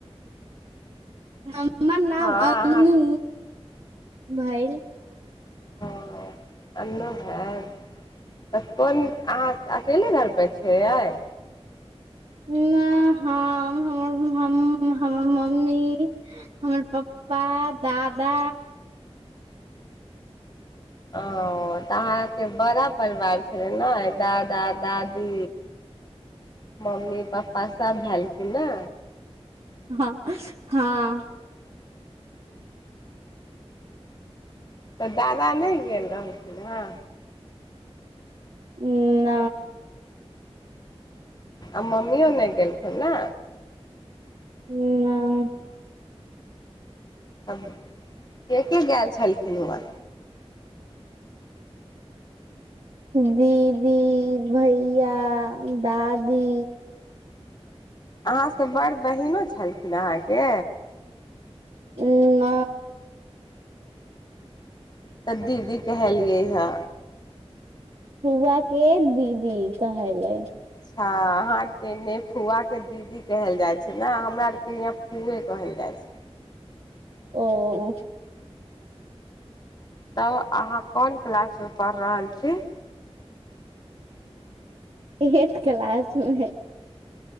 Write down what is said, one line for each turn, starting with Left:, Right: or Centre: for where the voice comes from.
Right: ह हमर नाम
Left: हँ
Right: अनू।
Left: अहाँ
Right: भैल
Left: ओ अन्नो घर तऽ कोन अहाँ अकेले घरपर छियै आय
Right: हम हमर हम हमर मम्मी हमर पप्पा दादा
Left: ओ तऽ अहाँके बड़ा परिवार छलै ने दादा दादी मम्मी पप्पा सब भेल। ना।
Right: हँ हँ
Left: तऽ दादा नहि गेल रहलखिन हेँ
Right: ह न
Left: आ मम्मीो नहि गेलखिन ने
Right: ह
Left: आ केके ग छलखिन हरा
Right: दीदी भैया दादी
Left: अहाँसभ बड़ बहीनो छलखिन अहाँके
Right: ह न।
Left: त दीदी कहलियैहा
Right: सुुआ के दीदी। त हाय लै।
Left: अच्छ अहाँ आरके ने फुआके दीदी कहल जाइ छै ने हमरा आरके यहाँ फूए कहल जाइ छै
Right: ओ।
Left: तब अहाँ कोन क्लासमे पढ़ि रहल छी
Right: एट क्लास स हे